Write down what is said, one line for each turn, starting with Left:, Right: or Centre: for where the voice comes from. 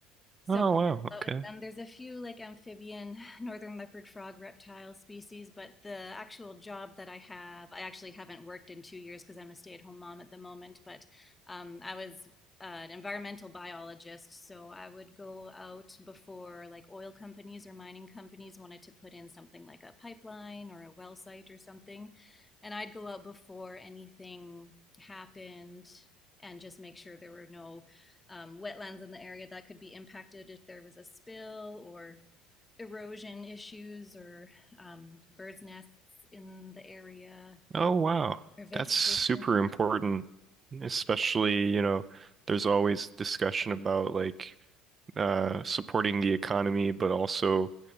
Left: So
Right: Oh,
Left: I work
Right: wow.
Left: a
Right: Okay.
Left: lot with them. There's a few like amphibian <sighs> northern leopard frog reptile species, but the actual job that I have, I actually haven't worked in two years because I'm a stay-at-home mom at the moment. But um, I was uh, an environmental biologist, so I would go out before like oil companies or mining companies wanted to put in something like a pipeline or a well site or something, and I'd go out before anything happened and just make sure there were no um, wetlands in the area that could be impacted if there was a spill or erosion issues or um, birds' nests in the area
Right: Oh, wow.
Left: or vegetation.
Right: That's super important, especially, you know, there's always discussion about like uh supporting the economy, but also